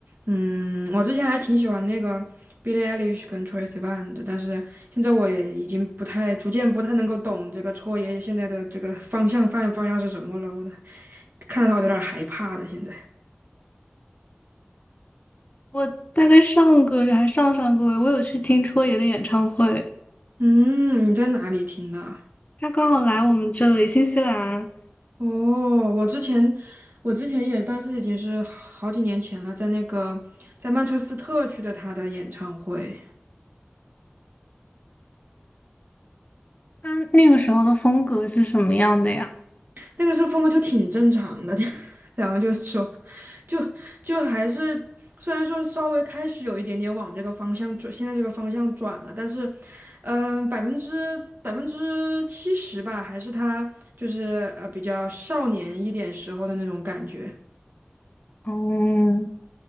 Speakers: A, on the right (about 50°); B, on the left (about 35°).
A: 嗯，我之前还挺喜欢那个 Billie Eilish 跟 Troye Sivan 的，但是现在我也已经不太，逐渐不太能够懂这个戳爷爷现在的这个方向范方向是什么了，我 <laughs> 的看到他我都有点害怕了。现在，
B: 我大概上个月还上上个月，我有去听戳爷的演唱会，
A: 嗯，你在哪里听的？
B: 他刚好来我们这里，新西兰，
A: 哦，我之前我之前也，当时已经是好几年前了，在那个在曼彻斯特去的他的演唱会，
B: 他那个时候的风格是什么样的呀？
A: 那个时候风格就挺正常的，<laughs> 就然后就说，就就还是虽然说稍微开始有一点点往这个方向转，现在这个方向转了，但是，嗯、百分之百分之七十吧，还是他就是呃比较少年一点时候的那种感觉，
B: 哦，